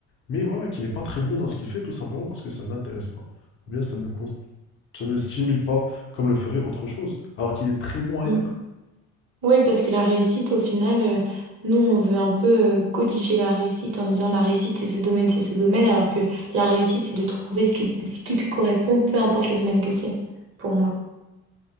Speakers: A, on the left; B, on the right.
A: mais voilà, qui n'est pas très bon dans ce qu'il fait, tout simplement parce que ça ne l'intéresse pas. Ou bien ça ne, cons- ça ne le stimule pas comme le ferait autre chose, alors qu'il est très bon ailleurs.
B: ouais. Oui, parce que la réussite, au final, euh, nous, on veut un peu euh, codifier la réussite en disant la réussite, c'est ce domaine, c'est ce domaine, alors que la réussite, c'est de trouver ce qui, ce qui te correspond, peu importe le domaine que c'est, pour moi.